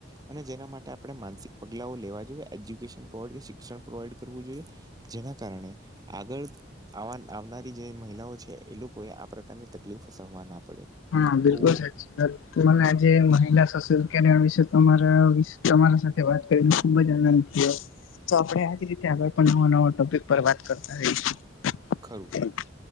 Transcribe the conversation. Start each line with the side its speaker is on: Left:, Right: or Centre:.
Right: અને જેના માટે આપણે માનસિક પગલાઓ લેવા જોઈએ, એજ્યુકેશન પ્રોવાઈડ કે શિક્ષણ પ્રોવાઈડ કરવું જોઈએ. જેના કારણે આગળ આવા ન આવનારી જે મહિલાઓ છે, એ લોકોએ આ પ્રકારની તકલીફ સહવા ના પડે.
Left: હા બિલકુલ
Right: તો
Left: સાચી. મને આજે મહિલા સશક્તિકરણ વિશે તમારા વીસ તમારા સાથે વાત કરીને ખુબ જ આનંદ થય થયો. તો આપણે આજ રીતે આગળ પણ નવા નવા ટોપિક પર વાત કરતા રહીશું.
Right: ખરું.
Left: હમ